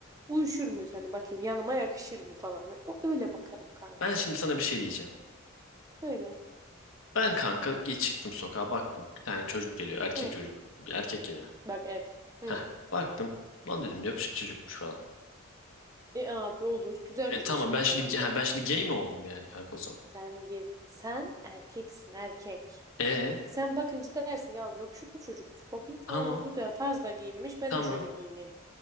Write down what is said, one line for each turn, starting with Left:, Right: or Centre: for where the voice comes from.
Right: uyuşur muyuz? Hani bakayım yanıma yakışır mı falan. Hani O, öyle bakarım kanka.
Left: Ben şimdi sana bir şey diyeceğim.
Right: Söyle.
Left: Ben kanka gi- çıktım sokağa baktım. Bir tane çocuk geliyor. Erkek
Right: Hı.
Left: çocuk. Bir erkek geliyor.
Right: Bak erkek. Hı.
Left: Heh baktım. Lan dedim yakışıklı çocukmuş falan.
Right: E abi olur. Güzel
Left: E
Right: kızmış
Left: tamam
Right: derim
Left: ben şimdi
Right: ben
Left: ha,
Right: de.
Left: ben şimdi gay mi oldum yani kanka o zaman?
Right: Sen gir. Sen erkeksin erkek.
Left: E
Right: Sen bakınca dersin ya yakışıklı mu çocukmuş. Bakayım.
Left: tamam
Right: Aa, güzel tarzda giyinmiş. Ben
Left: tamam
Right: de şöyle giyineyim